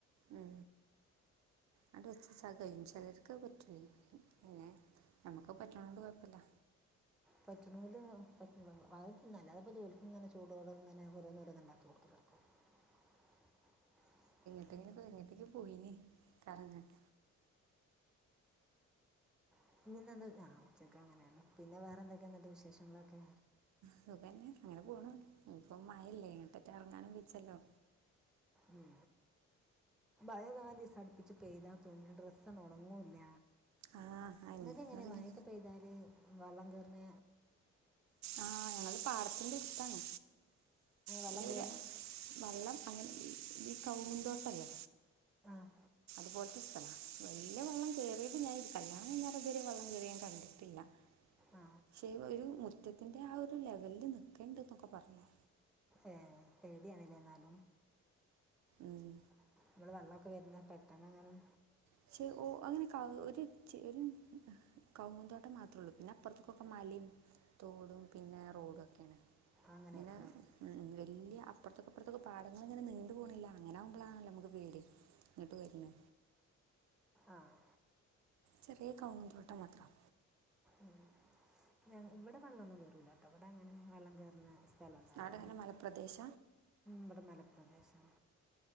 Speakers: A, on the right (about 65°); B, in the centre.
A: മ് <unintelligible> സഹായിക്കും ചിലർക്ക പറ്റൂല പിന്നെ നമ്മുക്ക് പറ്റണോണ്ട് കുഴപ്പമില്ല
B: പറ്റണോല് <unintelligible> ഇങ്ങനെ ചൂടോട ഇങ്ങനെ ഓരോന്ന് ഓരോന്ന് ഇണ്ടാക്കി <unintelligible>
A: <unintelligible> പോയിന് <unintelligible>
B: <unintelligible> ഞാ ഉച്ചക്കങ്ങനന്നെ പിന്നെ വേറെ എന്തൊക്കെ എന്നിട്ട് വിശേഷങ്ങളൊക്കെ?
A: സുഖന്നെ അങ്ങനെ പോണ ഇപ്പൊ മഴല്ലേ ഇങ്ങിട്ടൊറ്റ ഇറങ്ങാനും വിച്ചല്ലോ
B: മ് <unintelligible> അടുപ്പിച്ച് പെയ്ത തുണി ഡ്രെസ്സൊന്നും ഉണങ്ങൂല്ല
A: ആ അയിന്
B: നിങ്ങക്ക് എങ്ങനെയാ
A: എന്നാ പിന്നെ
B: മയെക്ക പെയ്താല് വള്ളം കേറുന്ന
A: ആ ഞങ്ങള് പാടത്തിന്റെ അടുത്താണ്
B: വെള്ളം
A: <unintelligible>
B: കയറും
A: വള്ളം അങ്ങനെ ഈ കവുങ്ങിൻ തോട്ടല്ലേ.
B: ആഹ്
A: അതുപോലത്തെ സ്ഥല, വലിയ വെള്ളം കേറിയത് ഞാൻത് കല്യാണം കഴിഞ്ഞേരം ഇത് വരേം വെള്ളം കേറിയ ഞാൻ കണ്ടിട്ടില്ല.
B: ആ
A: പക്ഷേ വ് ഒരു മുറ്റത്തിന്റെ ആ ഒരു ലെവലില് നിക്കണ്ട്ന്നൊക്കെ പറഞ്ഞോ
B: ഏഹ് പേടിയാണില്ലേ എന്നാലും.
A: ഉം.
B: <unintelligible> വരുന്ന പെട്ടെന്ന് എങ്ങനും
A: പക്ഷേ ഓ അങ്ങനെക്കാവ് ഒര് <unintelligible> ഒരു കവുങ്ങ്ന്തോട്ടം മാത്രള്ളൂ, പിന്നെ അപ്പുറത്തേക്കൊക്കെ മലയും തോടും പിന്നെ റോ പിന്നെ
B: അങ്ങനെയാണല്ലേ
A: വല്യ അപ്പുറത്തും ഇപ്പുറത്തുമൊക്കെ പാടങ്ങളിങ്ങനെ പോണില്ല അങ്ങനെ ആവുമ്പോളാണല്ലോ നമുക്ക് പേടി ഇങ്ങിട്ട് വരുന്ന
B: ആഹ്
A: ചെറിയ കവുങ്ങ് തോട്ടം മാത്രം.
B: മ് ഞ ഇവിടെ വള്ളൊന്നും കേറൂലാട്ടോ, ഇവട അങ്ങനെ വെള്ളം കേറ്ന്ന സ് തലങ്ങല
A: അവിടെ അങ്ങനെ മലപ്രദേശ
B: നമ്മുടെ മലപ്രദേശം